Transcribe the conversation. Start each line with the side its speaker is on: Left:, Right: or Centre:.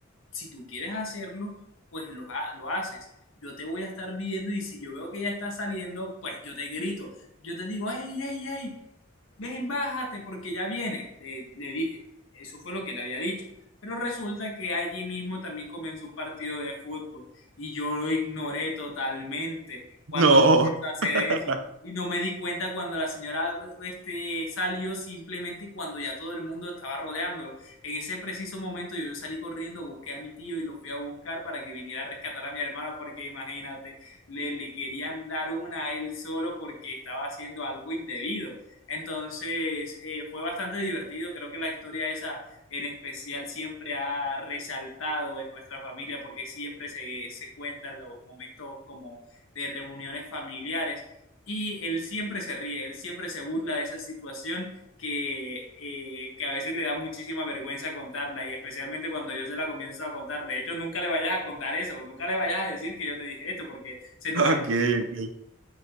Left: si tú quieres hacerlo, pues lo, ha- lo haces. Yo te voy a estar viendo y si yo veo que ya está saliendo, pues yo te grito. Yo te digo, hey, hey, hey, ven, bájate porque ya viene, le, le dije, eso fue lo que le había dicho. Pero resulta que allí mismo también comenzó un partido de fútbol y yo lo ignoré totalmente cuando
Right: No.
Left: él comenzó a hacer
Right: <laughs>
Left: eso. Y no me di cuenta cuando la señora este, salió simplemente cuando ya todo el mundo estaba rodeándolo. En ese preciso momento yo salí corriendo, busqué a mi tío y lo fui a buscar para que viniera a rescatar a mi hermano porque imagínate, le, le querían dar una a él solo porque estaba haciendo algo indebido. Entonces eh, fue bastante divertido, creo que la historia esa en especial siempre ha resaltado en nuestra familia porque siempre se, se cuentan los momentos como de reuniones familiares y él siempre se ríe, él siempre se burla de esa situación que, eh, que a veces le da muchísima vergüenza contarla y especialmente cuando yo se la comienzo a contar. De hecho, nunca le vayas a contar eso, nunca le vayas a decir que yo te dije esto porque se nos
Right: Ok,
Left: haya...
Right: ok.